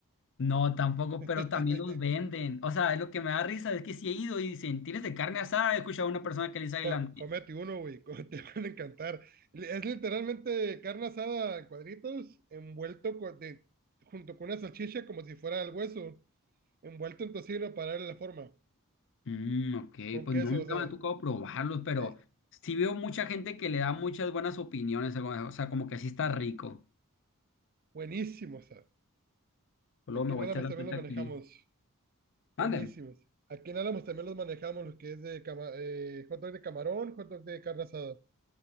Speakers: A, on the left; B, on the right.
A: No, tampoco,
B: <laughs>
A: pero también los venden. O sea, es lo que me da risa es que si he ido y dicen, ¿tienes de carne asada? He escuchado a una persona que le dice adelante.
B: Co- Comete uno, güey, co- <laughs> te van a encantar. Li- Es literalmente carne asada en cuadritos, envuelto co- de- junto con una salchicha como si fuera el hueso, envuelto en tocino para darle la forma,
A: Mm, ok,
B: con
A: pues
B: queso,
A: no, nunca
B: o sea,
A: me ha tocado probarlos, pero
B: eh,
A: sí veo mucha gente que le da muchas buenas opiniones. O sea, como que sí está rico.
B: buenísimo, o sea.
A: Luego
B: Aquí
A: me
B: nada
A: voy a echar
B: más
A: la
B: también
A: vuelta
B: los manejamos,
A: aquí. Mande.
B: buenísimos. Aquí nada más también los manejamos, los que es de cama- eh, hot dog de camarón, hot dog de carne asada.